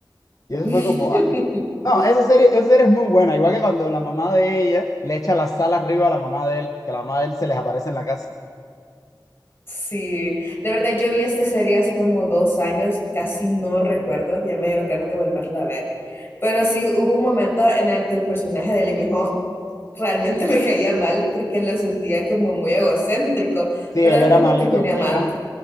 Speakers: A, on the left; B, on the left.
A: Y eso
B: <laughs>
A: fue como, ah. No, esa serie, esa serie es muy buena, igual que cuando la mamá de ella le echa la sal arriba a la mamá de él, que la mamá de él se les aparece en la casa.
B: Sí, de verdad yo vi esta serie hace como dos años, casi no recuerdo, ya me dieron ganas de volverla a ver, pero sí hubo un momento en el que el personaje de Lee Ho realmente <laughs> me caía mal porque lo sentía como muy egocéntrico,
A: Sí,
B: pero
A: él
B: después
A: era maldito,
B: lo terminé amando,
A: eran